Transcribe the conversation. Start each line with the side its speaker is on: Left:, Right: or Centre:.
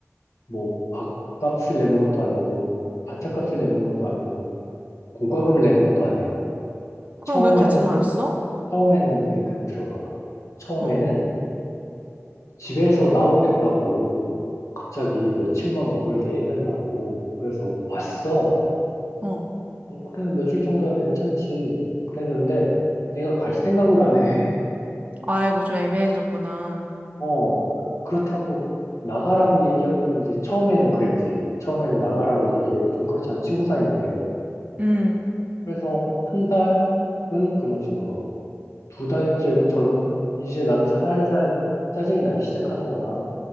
Left: 뭐, 밥값을 내는 것도 아니고 반찬값을 내는 것도 아니고 공과금을 내는 것도 아니야.
Right: 그럼
Left: 처음에는,
Right: 왜 같이 살았어?
Left: 처음에는, 그러니까 들어봐봐. 처음에는
Right: 어,
Left: 집에서 나오겠다고 갑자기 며칠만 머물게 해달라고 그래서 왔어.
Right: 어.
Left: 어, 그래, 며칠 정도야 괜찮지. 그랬는데 애가 갈 생각을 안 해.
Right: 아이고, 좀 애매해졌구나.
Left: 어, 그렇다고 나가라고 얘기하기도 이제 처음에는 그랬지. 처음에는 나가라고 얘기하기가 좀 그렇잖아. 친구 사이인데.
Right: 음,
Left: 그래서 한 달은 그냥 지나가고, 두 달째부터는 이제 나도 살살 짜증이 나기 시작하는 거야.